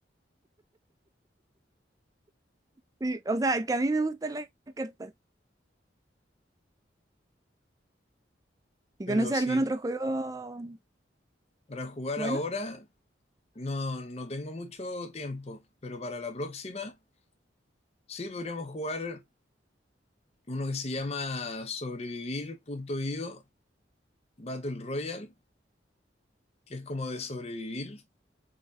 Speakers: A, on the right; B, on the left.
A: Sí, o sea, que a mí me gustan las cartas. ¿Y
B: pero
A: conoces algún
B: sí,
A: otro juego
B: para jugar
A: bueno?
B: ahora no, no tengo mucho tiempo, pero para la próxima sí podríamos jugar uno que se llama Sobrevivir.io Battle Royale, que es como de sobrevivir.